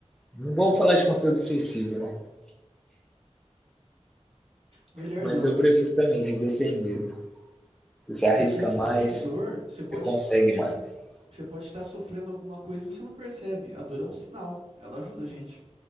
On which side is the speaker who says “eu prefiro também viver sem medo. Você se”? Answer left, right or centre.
Centre